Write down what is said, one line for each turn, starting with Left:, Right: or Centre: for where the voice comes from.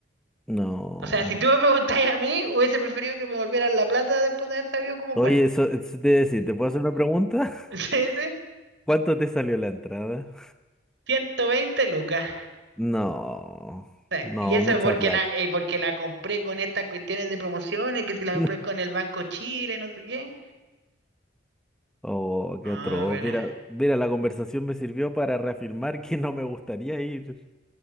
Centre: No.
Right: O sea, si tú me <laughs> preguntáis a mí, hubiese preferido que me volvieran la plata después de haber sabido cómo
Centre: Oye,
Right: fue. <laughs>
Centre: eso, eso te iba a decir, ¿te puedo hacer una pregunta?
Right: Sí, sí,
Centre: <laughs> ¿Cuánto te salió la entrada?
Right: 120 lucas.
Centre: No,
Right: Sí,
Centre: no,
Right: Y eso
Centre: mucha
Right: es porque
Centre: plata.
Right: la, eh,
Centre: <laughs>
Right: porque la compré con estas cuestiones de promociones, que si la compré
Centre: No.
Right: con el Banco Chile, no sé qué.
Centre: Oh,
Right: Ah,
Centre: qué atroz.
Right: bueno.
Centre: Mira, mira, la conversación me sirvió para reafirmar que no me gustaría ir